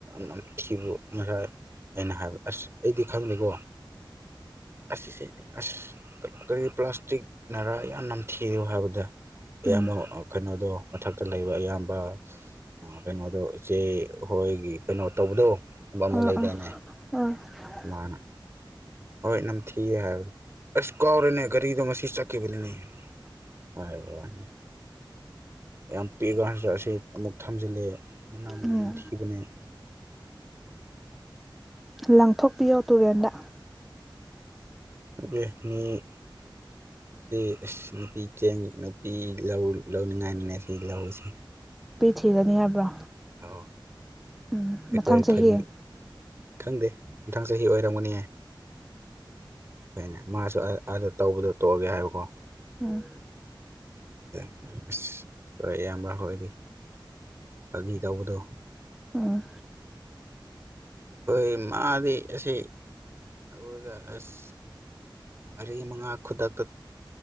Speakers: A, on the right; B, in the centre.
A: ꯌꯥꯝ <unintelligible> ꯑꯩꯅ ꯍꯥꯏꯕ ꯑꯁ ꯑꯩꯗꯤ ꯈꯪꯗꯦꯀꯣ <inaudible> ꯑꯁꯤꯁꯦ ꯑꯁ ꯀꯔꯤ ꯄ꯭ꯂꯥꯁꯇꯤꯛꯅꯔꯥ ꯌꯥꯝ ꯅꯝꯊꯤ <inaudible> ꯍꯥꯏꯕꯗ ꯑꯌꯥꯝꯕ
B: ꯎꯝ
A: ꯀꯩꯅꯣꯗꯣ ꯃꯊꯛꯇ ꯂꯩꯕ ꯑꯌꯥꯝꯕ ꯀꯩꯅꯣꯗꯣ ꯏꯆꯦ ꯍꯣꯏꯒꯤ ꯀꯩꯅꯣ ꯇꯧꯕꯗꯣꯕ ꯑꯃ
B: ꯑꯥ
A: ꯂꯩꯗꯥꯏꯅꯦ
B: ꯑꯥ <unintelligible>
A: ꯑꯁ ꯃꯥꯅ ꯍꯣꯏ ꯅꯝꯊꯤꯌꯦ ꯍꯥꯏꯕꯗ ꯑꯁꯨ ꯀꯥꯎꯔꯦꯅꯦ ꯒꯥꯔꯤꯗꯣ ꯉ ꯆꯠꯈꯤꯕꯅꯤꯅꯦ ꯍꯥꯏ ꯌꯥꯝ ꯄꯤꯛꯑꯒ <inaudible> ꯑꯁꯤ ꯑꯃꯨꯛ ꯊꯝꯖꯤꯜꯂꯑꯦ ꯃꯅꯝꯅ
B: ꯎꯝ
A: ꯅꯝꯊꯤꯕꯅꯦ
B: ꯂꯪꯊꯣꯛꯄꯤꯌꯣ ꯇꯨꯔꯦꯟꯗ
A: <unintelligible> ꯃꯤ ꯁꯤ ꯅꯨꯄꯤ ꯆꯦꯡ ꯅꯨꯄꯤ ꯂꯧ ꯂꯧꯅꯤꯡꯉꯥꯏꯅꯅꯦ ꯁꯤ ꯂꯧꯁꯤ
B: ꯅꯨꯄꯤ ꯊꯤꯔꯅꯤ ꯍꯥꯏꯕ꯭ꯔꯣ
A: <inaudible>
B: ꯎꯝ
A: ꯑꯩꯈꯣꯏ
B: ꯃꯊꯪ ꯆꯍꯤ
A: ꯐꯥꯒꯤ ꯈꯪꯗꯦ ꯃꯊꯥꯡ ꯆꯍꯤ ꯑꯣꯏꯔꯝꯒꯅꯤꯌꯦ ꯀꯅꯦ ꯃꯥꯁꯨ ꯑꯥꯗ ꯇꯧꯕꯗꯣ ꯇꯣꯛꯑꯒꯦ ꯍꯥꯏꯌꯨꯀꯣ
B: ꯎꯝ
A: ꯑ ꯑꯁ ꯍꯣꯏ ꯑꯌꯥꯝꯕ ꯍꯣꯏꯗꯤ ꯐꯥꯒꯤ ꯇꯧꯕꯗꯣ
B: ꯎꯝ
A: ꯑꯩꯈꯣꯏ ꯃꯥꯗꯤ ꯑꯁꯤ ꯂꯧꯔꯒ ꯑꯁ ꯃꯔꯤ ꯃꯉꯥ ꯈꯨꯗꯛꯇ